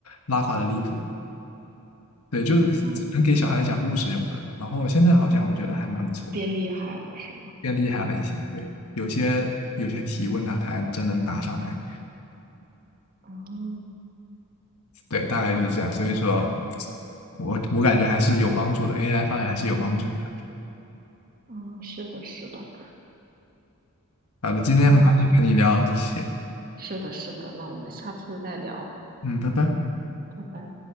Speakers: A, on the left; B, on the right.
A: 拉垮的离谱，对，就是只能给小孩讲故事用的。
B: 嗯，
A: 然后现在好像我觉得还蛮不错，
B: 变厉害了是吗？
A: 变厉害了一些，对，有些有些题问他，他还真能答上来。
B: 哦，
A: 对，大概就是这样。所以说，我我感觉还是有帮助的，AI 发展还是有帮助的。
B: 嗯，是的，是的。
A: 好的，今天很高兴跟你聊这些，
B: 那是的，是的，那我们下次再聊，
A: 嗯，拜拜。
B: 拜拜。